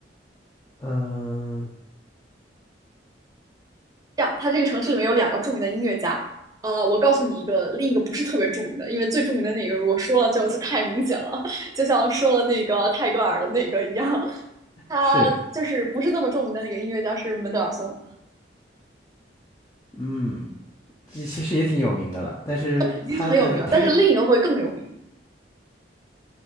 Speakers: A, on the left (about 20°); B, on the right (about 20°).
A: 嗯
B: 这样，它这个城市里面有两个著名的音乐家。呃，我告诉你一个，另一个不是特别著名的，因为最著名的那个如果说了就就太明显了，<laughs> 就像说了那个泰戈尔的那个一样，他就是不是那么著名的那个音乐家是门德尔松，
A: 是，嗯，其其实也挺有名的了，但是它的它跟
B: 已经很有名了，但是另一个会更有名。